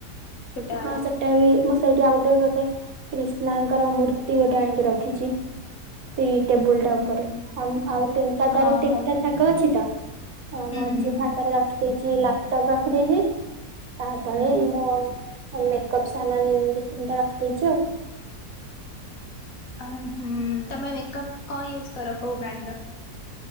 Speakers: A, on the left; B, on the right.
A: ଛୋଟା ବାଲା।
B: ହଁ ସେଟା ବି ମୁଁ ସେଇଠି ଆଉ ଗୋଟେ ଗୋଟେ କ୍ରିଷ୍ଣାଙ୍କର ମୂର୍ତ୍ତି ଗୋଟେ ଆଣିକି ରଖିଛି। ଏଇ ଟେବୁଲ
A: ହୁଁ
B: ଟା ଉପରେ ଆଉ ଆଉ ତିନିଟା
A: ହଁ
B: ତାର ତିନିଟା
A: ଭଲ ଦେଖାଯାଉଥିବ
B: ଥାକ ଅଛି ତ
A: ହୁଁ
B: ମଝି
A: ହୁଁ
B: ଥାକରେ ର ଖିଛି ଲାପଟପ୍ ରଖିଦେଇଛି। ତା ତଳେ
A: ହୁଁ।
B: ଏଇ ମୁଁ ମୁଁ ମେକଅପ୍ ସାମାନ୍ ଦି ତିନିଟା ରଖି ଦେଇଛି ଆଉ।
A: ହଁ ତେ ମେକଅପ କଣ ୟୁଜ କର କୋଉ ବ୍ରାଣ୍ଡ ର?